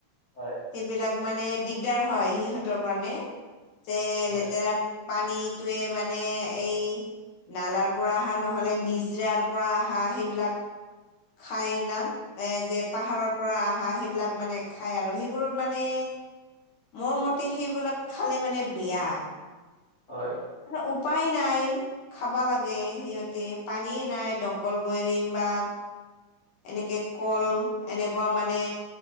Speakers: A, on the left; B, on the left.
A: হয়।
B: সেইবিলাক মানে দিগদাৰ হয় সিহঁতৰ কাৰণে যে
A: হয়
B: লেতেৰা। পানীটোৱে মানে এই নালাৰ পৰা অহা নহ'লে নিজৰাৰ পৰা অহা সেইবিলাক। খাই না এ যে পাহাৰৰ পৰা আহা সেইবিলাক মানে। খাই আৰু সেইবোৰত মানে মোৰ মতে সেইবিলাক খালে মানে বেয়া।
A: হয়।
B: আৰু উপায় নাই। খাবা লাগে সিহঁতে পানীয়ে নাই দমকল বয়ৰিং বা। এনেকে ক'ল এনেকুৱা মানে।